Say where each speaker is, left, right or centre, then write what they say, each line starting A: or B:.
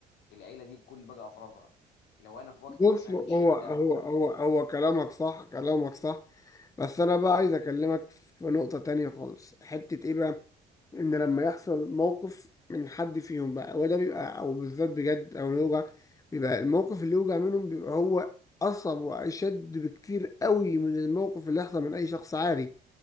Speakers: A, on the left; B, on the left.
A: العيله دي بكل بقى افرادها لو انا في وقت
B: بص
A: مثلا
B: هو
A: شده
B: هو هو هو كلامك صح كلامك صح بس انا بقى عايز اكلمك في نقطة تانية خالص حتة ايه بقى ان لما يحصل موقف من حد فيهم بقى هو ده بيبقى او بالذات بجد او يوجع بيبقى الموقف اللي يوجع منهم بيبقى هو اصعب واشد بكتير قوي من الموقف اللي يحصل من اي شخص عادي